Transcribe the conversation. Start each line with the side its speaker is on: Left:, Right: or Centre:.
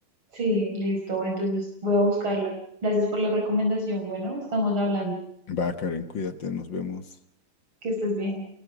Right: Sí, listo. Entonces voy a buscarlo. Gracias por la recomendación. Bueno, estamos hablando.
Left: Va, Karen, cuídate, nos vemos.
Right: Que estés bien.